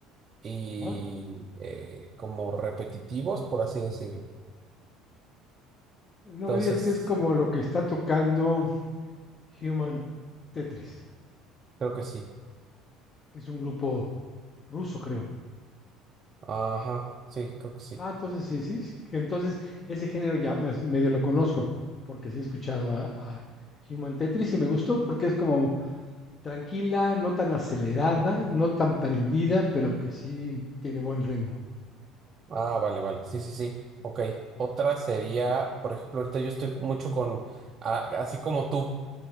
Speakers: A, on the right (about 25°); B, on the left (about 20°).
A: y
B: ajá.
A: eh, como repetitivos, por así decirlo.
B: No
A: Entonces,
B: me digas que es como lo que está tocando Human Tetris,
A: creo que sí.
B: que es un grupo ruso, creo.
A: Ajá, sí, creo que sí.
B: Ah, entonces sí, sí, sí, que entonces ese género ya mes medio lo conozco, porque sí he escuchado a a Human Tetris y me gustó porque es como tranquila, no tan acelerada, no tan prendida, pero que sí tiene buen ritmo.
A: Ah, vale, vale. Sí, sí, sí. Ok. Otra sería, por ejemplo, ahorita yo estoy mucho con, a- así como tú,